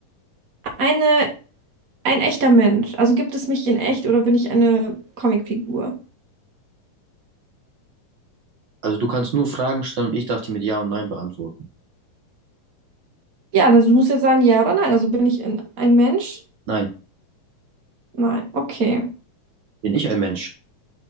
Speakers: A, on the right; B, on the right.
A: eine, ein echter Mensch? Also gibt es mich in echt oder bin ich eine Comicfigur?
B: Also du kannst nur Fragen stellen und ich darf die mit Ja und Nein beantworten.
A: Ja, also du musst jetzt sagen ja oder nein. Also bin ich ein, ein Mensch?
B: Nein,
A: Nein. Okay.
B: bin ich ein Mensch?